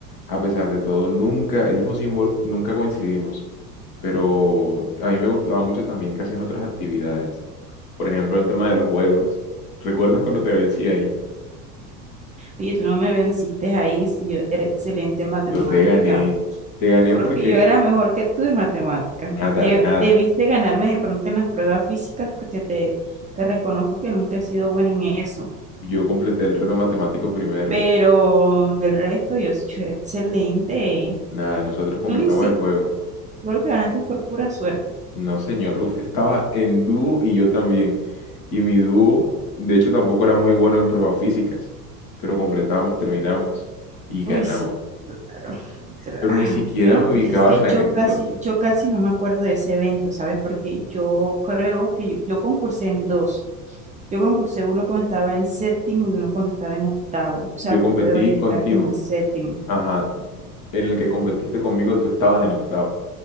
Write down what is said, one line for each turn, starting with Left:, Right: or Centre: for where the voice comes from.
Left: a pesar de todo, nunca, el mismo símbolo, nunca coincidimos. Pero a mí me gustaba mucho también que hacían otras actividades. Por ejemplo, el tema de los juegos. ¿Recuerdas cuando te vencí ahí?
Right: Oye, tú no me venciste ahí si yo era excelente en matemática.
Left: Yo te gané. Te gané
Right: Yo creo
Left: porque
Right: que yo era mejor que tú en matemática.
Left: nada,
Right: De-
Left: nada.
Right: debiste ganarme de pronto en las pruebas físicas porque te, te reconozco que nunca he sido buena en eso.
Left: Yo completé el reto matemático primero.
Right: Pero del resto, yo, sí, yo era excelente.
Left: Nada, nosotros completamos
Right: Tú ni siquiera
Left: el juego.
Right: Yo creo que ganaste por pura suerte.
Left: No, señor, usted estaba en dúo y yo también. Y mi dúo, de hecho, tampoco era muy bueno en pruebas físicas. Pero completamos, terminamos y ganamos.
Right: Uy, sí, claro, claro.
Left: Pero ni siquiera
Right: Yo no,
Left: me ubicabas
Right: y es que
Left: en
Right: yo
Left: aquel
Right: casi,
Left: entonces.
Right: yo casi no me acuerdo de ese evento, ¿sabes? Porque yo creo que yo, yo concursé en dos. Yo concursé uno cuando estaba en séptimo y uno cuando estaba en octavo. O sea
Left: Yo
Right: que
Left: competí
Right: tú deberías estar
Left: contigo,
Right: como en séptimo.
Left: ajá, en el que competiste conmigo tú estabas en octavo.